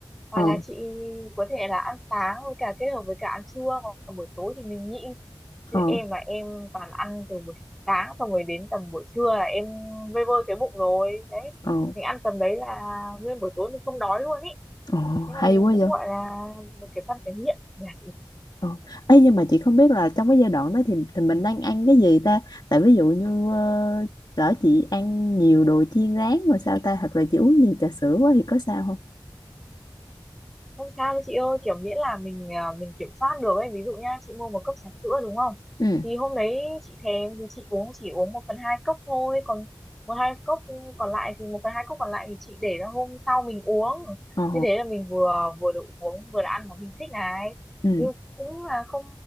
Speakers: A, in the centre; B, on the left.
A: hoặc
B: ờ
A: là chị có thể là ăn sáng với cả kết hợp với cả ăn trưa còn buổi tối thì mình nhịn chứ
B: ờ
A: em là em toàn ăn từ buổi sáng xong rồi đến tầm buổi trưa là em vơi vơi cái bụng rồi đấy
B: ờ
A: mình ăn tầm đấy là nguyên buổi tối mình không đói luôn ý
B: ờ
A: thế là
B: hay
A: mình
B: quá
A: cũng
B: vậy
A: gọi là một cái săn cái nghiện nhỉ
B: ờ ấy nhưng mà chị không biết là trong cái giai đoạn đó thì thì mình đang ăn cái gì ta tại ví dụ như uh, lỡ chị ăn nhiều đồ chiên rán rồi sao ta hoặc là chị uống nhiều trà sữa quá thì có sao không
A: Không sao đâu chị ơi, kiểu miễn là mình à, mình kiểm soát được ấy. Ví dụ nha, chị mua một cốc trà sữa đúng không?
B: ừ
A: Thì hôm đấy chị thèm thì chị uống chỉ uống một phần hai cốc thôi, còn một hai cốc còn lại thì một phần hai cốc còn lại thì chị để ra hôm sau mình uống.
B: ờ
A: Như thế là mình vừa vừa được uống vừa được ăn món mình thích này.
B: ừ
A: Thế cũng là không